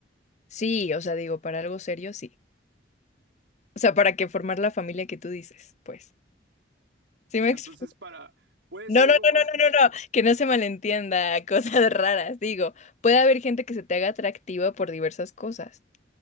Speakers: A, on the left; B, on the right.
A: Sí, o sea, digo, para algo serio, sí. O sea, para que formar la familia que tú dices, pues. ¿Sí
B: O sea,
A: me explico?
B: entonces para... Puede
A: No,
B: ser
A: no,
B: como...
A: no, no, no, no, no. Que no se malentienda, <laughs> cosas raras. Digo, puede haber gente que se te haga atractiva por diversas cosas.